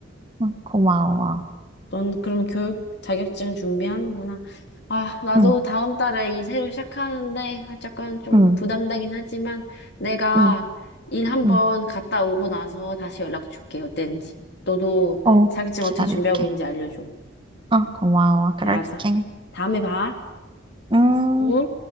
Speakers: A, on the right; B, on the left.
A: 응, 고마워.
B: 넌 그럼 교육 자격증 준비하는구나. 아, 나도
A: 응,
B: 다음 달에 이 새로 시작하는데, 아, 약간 좀
A: 응,
B: 부담되긴 하지만, 내가
A: 응,
B: 일 한번
A: 응.
B: 갔다 오고 나서 다시 연락 줄게, 어땠는지. 너도
A: 어,
B: 자격증
A: 기다릴게.
B: 어떻게 준비하고 있는지 알려줘.
A: 어, 고마워. 그럴게.
B: 네, 알았어. 다음에 봐.
A: 음.
B: 어?